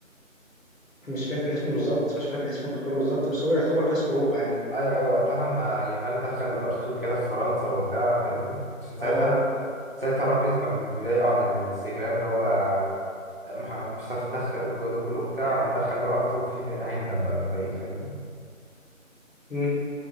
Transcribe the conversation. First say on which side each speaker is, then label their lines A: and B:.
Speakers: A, on the left; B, on the right.
A: مش فاكر اسمه بالظبط مش فاكر اسم البطوله بالظبط بس هو يعتبر كاس اوروبا يعني
B: ايوه ايوه وقتها لما يامال دخل ار 2 كده في فرنسا وبتاع فاهمني عشان ساعتها
A: اه آه.
B: ساعتها رابيوت كان بيضايقه على الانستجرام اللي هو مح- مش هتعرف تدخل والجو ده كله وبتاع مدخل بقى ار 2 في هندم بقى من بعيد فاهمني
A: مم.